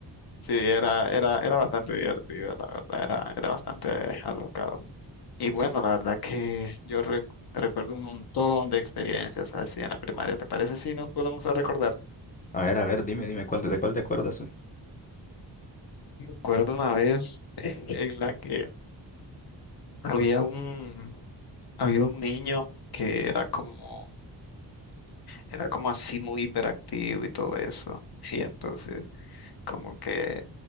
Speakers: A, on the left (about 60°); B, on the left (about 20°).
A: Sí, era, era, era bastante divertido, la verdad, era, era bastante alocado. Y bueno,
B: Sí.
A: la verdad que yo rec- recuerdo un montón de experiencias así en la primaria. ¿Te parece si nos podemos a recordar?
B: A ver, a ver, dime, dime, ¿cuál, ¿de cuál te acuerdas? <laughs>
A: Recuerdo una vez <laughs> en la que había un, había un niño que era como, era como así muy hiperactivo y todo eso. Y entonces Como que